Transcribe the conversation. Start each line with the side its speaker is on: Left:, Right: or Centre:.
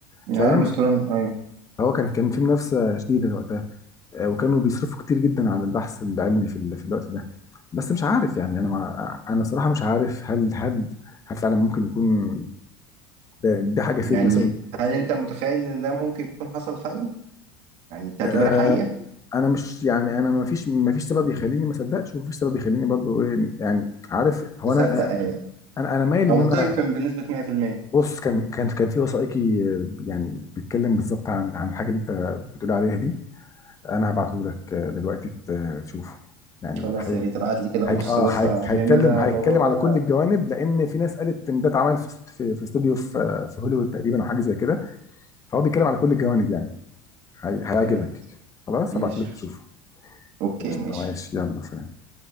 Right: يعني
Left: فاهم
Right: ارمسترونج ايوه
Left: هو كان كان في منافسه شديده وقتها آه، وكانوا بيصرفوا كتير جدا على البحث العلمي في ال- في الوقت ده بس مش عارف يعني انا مع... انا صراحه مش عارف هل هل هل فعلا ممكن يكون ده- دي حاجه فيك
Right: يعني
Left: مثلا
Right: هل انت متخيل ان ده ممكن يكون حصل فعلا يعني تعتبرها
Left: آه،
Right: حقيقة
Left: انا مش يعني انا ما فيش ما فيش سبب يخليني ما اصدقش وما فيش سبب يخليني برضو ايه يعني عارف هو
Right: تصدق
Left: انا
Right: ايوه
Left: انا انا مايل ان
Right: او
Left: انا
Right: تيقن بنسبة 100%
Left: بص كان كان كان في وثائقي آه، يعني بيتكلم بالظبط عن عن الحاجه اللي انت بتقول عليها دي انا هبعته لك آه، دلوقتي ت- آه، تشوفه يعني
Right: خلاص
Left: هي
Right: يا ريت ابعت لي كده بص
Left: هي اه
Right: بص
Left: هي
Right: لان
Left: هيتكلم
Right: انا
Left: هيتكلم
Right: الموضوع ده
Left: على كل الجوانب لان في ناس قالت ان ده اتعمل في است- في في استوديو في آه، في هوليوود تقريبا او حاجه زي كده فهو بيتكلم على كل الجوانب يعني هي- هيعجبك
Right: تمام
Left: خلاص
Right: ماشي
Left: هبعته لك تشوفه
Right: اوكي
Left: قشطة،
Right: ماشي
Left: ماشي يلا سلام